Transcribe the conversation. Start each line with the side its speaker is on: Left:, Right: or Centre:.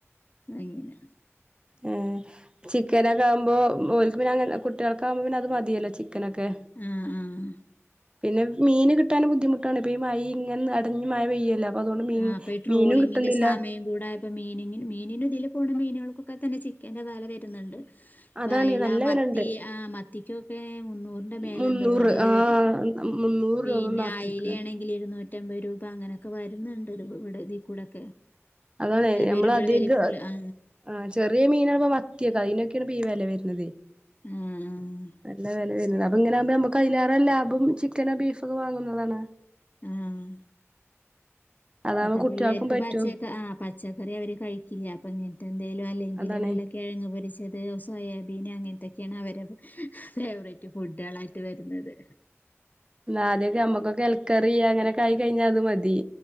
Left: അങ്ങനെ
Right: ഓ ചിക്കന് അതാവുമ്പോ ഓൽക്ക്‌ പിന്നെ അങ്ങനെ കുട്ടികൾക്ക്‌ ആകുമ്പോ പിന്നെ അത് മതിയല്ലോ ചി ക്കനൊക്കെ
Left: ആഹ് ആഹ്
Right: പിന്നെ മീന് കിട്ടാന് ബുദ്ധിമുട്ടാണ് പ്പൊ ഈ മഴ ഇങ്ങനെ അടഞ്ഞ് മഴ പെയ്യല്ലോ അതുകൊണ്ട് മീ
Left: ആഹ് അപ്പൊ ഈ ട്രോളിങ്ങിന്റെ
Right: മീനും കിട്ടുന്നില്ല
Left: സമയം കൂടായപ്പോ മീ മീനിന് ഇതിൽ പോകുന്ന മീനുകൾക്കൊക്കെ തന്നെ ചിക്കന്റെ വല വരുന്നുണ്ട് അപ്പ
Right: അതാണ്
Left: ഐല
Right: നല്ല
Left: മത്തി
Right: വെലണ്ട്
Left: ആ മത്തിക്കൊക്കെ മുന്നൂറിന്റെ മേലെ
Right: മുന്നൂറ്
Left: എന്തോദിലെ
Right: ആ
Left: വരു
Right: മുന്നൂറ്
Left: പിന്നെ
Right: രൂപ മത്തിക്ക്
Left: അയില ആണെ ഇരുന്നൂറ്റമ്പത് രൂപ അങ്ങനൊക്കെ വരുന്നുണ്ട് ഇത് ഇവിടെ ഇതി കൂടൊക്കെ
Right: അതാണ് നമ്മള്
Left: വരുമ്പാൾ
Right: അധിക
Left: വേലൊക്കെള്ള ആ
Right: ആ ചെറിയ മീൻ ആണ് മത്തിയൊക്കെ അതിനൊക്കെയാണ് പ്പീ വില വരുന്നത്
Left: ആഹ് ആഹ്
Right: നല്ല വില വരുന്നത് അപ്പൊ ഇങ്ങനെ ആവുമ്പോ നമ്മ കൈയിലാറ ലാഭം ചിക്കനോ ബീഫോ ഒക്കെ വാങ്ങുന്നതാണ്
Left: ആഹ്
Right: അതാവുമ്പോ
Left: ഇപ്പത്തെ
Right: കുട്ടികൾക്കും
Left: പിള്ളേർക്ക്
Right: പറ്റും
Left: പച്ചക്ക ആ പച്ചക്കറി അവര് കഴിക്കില്ല അപ്പ ഇങ്ങനത്തെ എന്തെലും അല്ലെങ്കില്
Right: അതാണ്
Left: വല്ല കിഴങ്ങ് പൊരിച്ചത് സോയാബീൻ അങ്ങനത്തൊക്കെയാണ് അവരെ ഫേവറേറ്റ് ഫുഡുകളായിട്ട് വരുന്നത്
Right: എന്ന ആദ്യൊക്കെ നമ്മുക്കൊക്കെൽക്കറി അങ്ങനൊക്കെ ആയി കഴിഞ്ഞാ അത് മതി